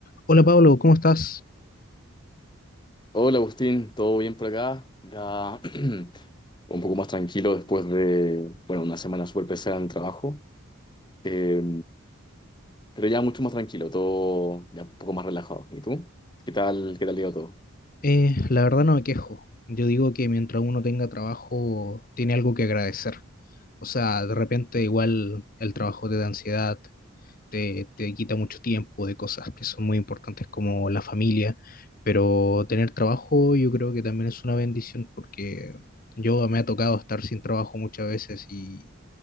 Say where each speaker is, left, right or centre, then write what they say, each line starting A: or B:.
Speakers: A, on the left; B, on the left.
A: Hola Pablo, ¿cómo estás?
B: Hola Agustín, ¿todo bien por acá? Ya <clears throat> un poco más tranquilo después de, bueno, una semana súper pesada en el trabajo, Eh, pero ya mucho más tranquilo, todo ya un poco más relajado. ¿Y tú? ¿Qué tal, qué tal iba todo?
A: Eh, la verdad no me quejo. Yo digo que mientras uno tenga trabajo, tiene algo que agradecer. O sea, de repente igual el trabajo te da ansiedad, te, te quita mucho tiempo de cosas que son muy importantes como la familia, pero tener trabajo yo creo que también es una bendición porque yo me ha tocado estar sin trabajo muchas veces y,